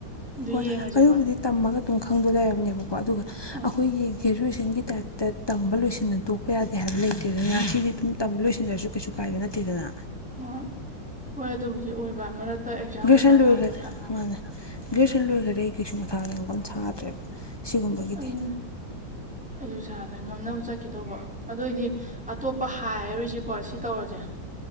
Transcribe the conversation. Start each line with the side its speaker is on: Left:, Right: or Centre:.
Centre: ꯑꯗꯨ
Left: ꯍꯣꯏ
Centre: ꯌꯦꯡꯉꯁꯦꯕ
Left: ꯑꯗꯨꯕꯨꯗꯤ ꯇꯝꯃꯒ ꯑꯗꯨꯝ ꯈꯪꯗꯣꯏ ꯂꯩꯔꯕꯅꯦꯕꯀꯣ ꯑꯗꯨꯒ
Centre: ꯍꯣꯏ
Left: ꯑꯩꯈꯣꯏꯒꯤ ꯒ꯭ꯔꯦꯖꯨꯋꯦꯁꯟꯒꯤ ꯇꯥꯏꯞꯇ ꯇꯝꯕ ꯂꯣꯏꯁꯤꯟꯅ ꯇꯣꯛꯄ ꯌꯥꯗꯦ ꯍꯥꯏꯕ ꯂꯩꯇꯦ ꯑꯗꯨꯅ ꯁꯤꯗꯤ ꯑꯗꯨꯝ ꯇꯝꯕ ꯂꯣꯏꯁꯤꯟꯅꯂꯔꯁꯨ ꯀꯩꯁꯨ ꯎꯀꯥꯏꯕ ꯅꯠꯇꯦꯗꯅ
Centre: ꯍꯣꯏ ꯍꯣꯏ ꯑꯗꯨꯕꯨꯗꯤ ꯑꯣꯏꯕ ꯃꯔꯛꯇ ꯑꯦꯛꯖꯥꯝ ꯀꯩꯀꯥ
Left: ꯁꯟ ꯂꯣꯏꯈꯔ
Centre: ꯂꯥꯛꯄꯗ
Left: ꯃꯥꯅꯦ ꯒ꯭ꯔꯦꯖꯨꯌꯦꯦꯁꯟ ꯂꯣꯏꯈ꯭ꯔ ꯑꯩ ꯀꯩꯁꯨ ꯃꯊꯥꯗ ꯌꯥꯝꯨ ꯀꯥꯟ ꯁꯥꯗ꯭ꯔꯦꯕ ꯁꯤꯒꯨꯝꯕꯒꯤꯗꯤ
Centre: ꯑꯗꯨꯅꯦ ꯑꯩꯁꯨ ꯁꯥꯗ ꯉꯝꯅꯕ ꯆꯠꯈꯤꯗꯧꯕ ꯑꯗꯨꯑꯣꯏꯗꯤ ꯑꯇꯣꯞꯄ ꯍꯥꯏ ꯍꯥꯏꯔꯨꯁꯤꯀꯣ ꯁꯤ ꯇꯧꯔꯁꯦ